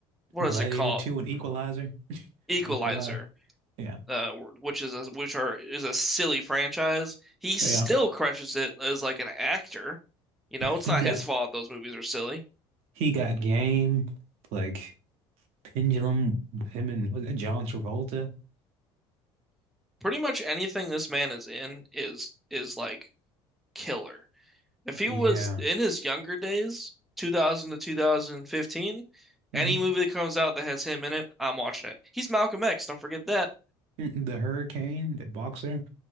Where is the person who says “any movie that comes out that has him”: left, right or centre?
Centre